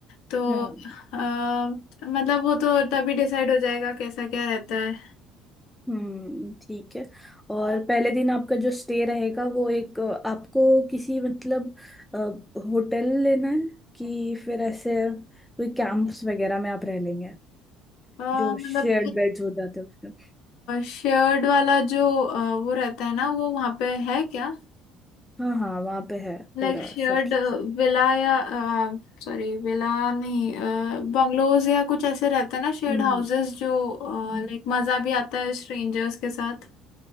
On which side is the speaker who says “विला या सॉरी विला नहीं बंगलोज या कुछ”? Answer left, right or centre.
Left